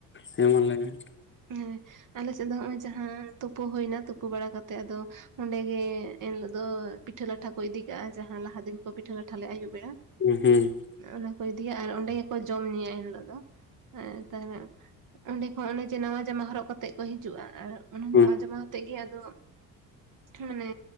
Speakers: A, on the left; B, on the right.
A: ᱦᱮᱸ ᱢᱟ ᱞᱟᱹᱭ ᱢᱮ
B: ᱦᱮᱸ ᱟᱞᱮ ᱥᱮᱫ ᱫᱚ ᱱᱚᱜᱼᱚᱭ ᱡᱟᱦᱟᱸ ᱛᱩᱯᱩ ᱦᱩᱭ ᱱᱟ ᱛᱩᱯᱩ ᱵᱟᱲᱟ ᱠᱟᱛᱮᱜ ᱟᱫᱚ ᱚᱸᱰᱮ ᱜᱮ ᱮᱱ ᱦᱤᱞᱳᱜ ᱫᱚ ᱯᱤᱴᱷᱟᱹ ᱞᱟᱴᱷᱟ ᱠᱚ ᱤᱫᱤ ᱠᱟᱜᱼᱟ ᱡᱟᱦᱟᱸ ᱞᱟᱦᱟ ᱫᱤᱱ ᱠᱚ ᱯᱤᱴᱷᱟᱹ ᱞᱟᱴᱷᱟ ᱞᱮᱫ-ᱟ ᱟᱹᱭᱩᱵ ᱵᱮᱲᱟ᱾
A: ᱦᱩᱸ ᱦᱩᱸ
B: ᱚᱱᱟ ᱠᱚ ᱤᱫᱤᱭᱟ ᱟᱨ ᱚᱱᱰᱮ ᱜᱮᱠᱚ ᱡᱚᱢ ᱧᱩᱭᱟ ᱮᱱ ᱦᱤᱞᱟᱹᱜ ᱫᱚ ᱛᱟᱦᱞᱮ ᱚᱸᱰᱮ ᱠᱷᱚᱱ ᱚᱱᱮ ᱡᱮ ᱱᱟᱣᱟ ᱡᱟᱢᱟ ᱦᱚᱨᱚᱜ ᱠᱟᱛᱮᱜ ᱠᱚ ᱦᱤᱡᱩᱜᱼᱟ ᱟᱨ ᱚᱱᱟ
A: ᱦᱩᱸ
B: ᱱᱟᱶᱟ ᱡᱟᱢᱟ ᱟᱛᱮᱜ ᱜᱮ ᱟᱫᱚ ᱢᱟᱱᱮ